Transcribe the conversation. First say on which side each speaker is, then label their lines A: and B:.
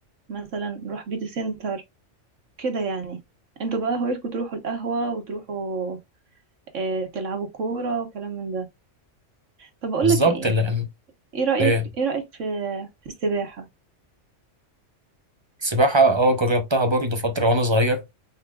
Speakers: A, on the right; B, on the right.
A: مثلا نروح بيوتي سنتر كده يعني انتوا بقى هوايتكم تروحوا القهوة وتروحوا اه تلعبوا كورة وكلام من ده طب اقول
B: بالظبط
A: لك ايه
B: اللي
A: ايه رأيك
B: ايه
A: ايه رأيك في في السباحة
B: السباحه اه جربتها برضه فتره وانا صغير